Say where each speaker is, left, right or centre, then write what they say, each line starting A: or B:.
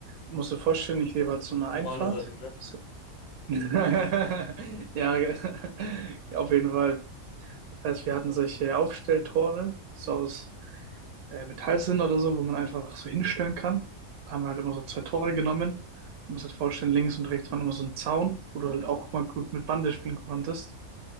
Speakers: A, on the right (about 85°); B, on the left (about 70°).
A: Musst du dir vorstellen, ich lebe halt so eine
B: Normale
A: Einfahrt.
B: Sachen, ne?
A: So. <laughs> Ja, ge- <laughs> auf jeden Fall. Das heißt, wir hatten solche Aufstelltore, die so aus äh, Metall sind oder so, wo man einfach so hinstellen kann. Da haben wir halt immer so zwei Tore genommen. Du musst dir vorstellen, links und rechts waren immer so ein Zaun, wo du halt auch mal gut mit Bande spielen konntest.